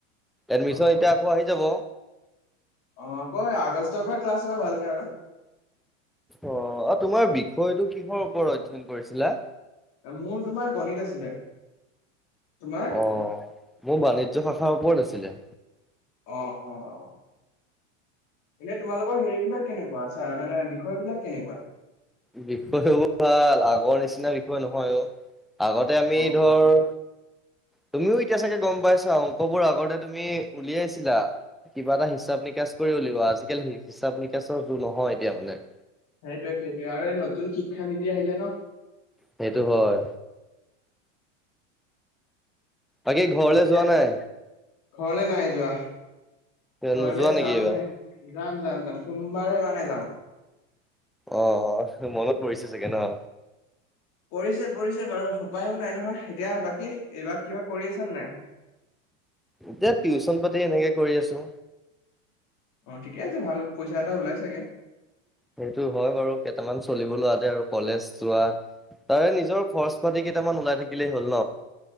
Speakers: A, in the centre; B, on the left.
A: এডমিশন
B: অ অ
A: এতিয়া আকৌ আহি যাব।
B: অ', আকৌ আগষ্টৰ পৰা ক্লাছ হ'ব ভালকে আৰু।
A: অ', অ', তোমাৰ বিষয়টো কিহৰ ওপৰত অধ্যয়ন কৰিছিলা?
B: মোৰ তোমাৰ গণিত আছিলে। তোমাৰ
A: অ', মোৰ বাণিজ্যৰশাখাৰ ওপৰত আছিলে।
B: অ', অ', অ'। এনে তোমালোকৰ হেৰি বিলাক কেনেকুৱা, ছাৰ মানে বিষয় বিলাক কেনেকুৱা?
A: বিষয়বোৰ ভাল, আগৰ নিচিনা বিষয় নহয় অ' আগত তে আমি
B: অ
A: ধৰ
B: অ
A: তুমিও এতিয়া চাগে গম পাইছা, অংকবোৰ আগতে তুমি উলিয়াইছিলা। কিবা এটা হিচাপ নিকাচ কৰি উলিওৱা, আজিকালি হিচাপ নিকাচৰ <unintelligible> নহয় এতিয়া মানে।
B: সেইটোয়ে, সেইটোয়ে আৰু এই নতুন শিক্ষা নীতি আহিলে ন'।
A: সেইটো হয়। বাকী ঘৰলে
B: এতিয়া
A: যোৱা নাই?
B: ঘৰলে নাই যোৱা, ঘৰলে
A: নোযোৱা নেকি
B: যামহে।
A: এইবাৰ
B: যাম, যাম, যাম, সোমবাৰে মানে যাম।
A: অ', অ', মনত পৰিছে চাগে ন'হ?
B: পৰিছে পৰিছে বাৰু উপায়ো নাই নহয়, এতিয়া বাকী এইবাৰ কিবা কৰি আছ নে নাই?
A: এতিয়া টিউচন পাতি এনেকে কৰি আছোঁ।
B: অ', ঠিকে আছে, ভাল পইচা এটা ওলাই চাগে?
A: সেইটো হয় বাৰু, কেইটামান চলিব লোৱাতে আৰু কলেজ যোৱা। তাৰে নিজৰ খৰচ পাতি কেইটামান ওলাই থাকিলেই হ'ল নহ।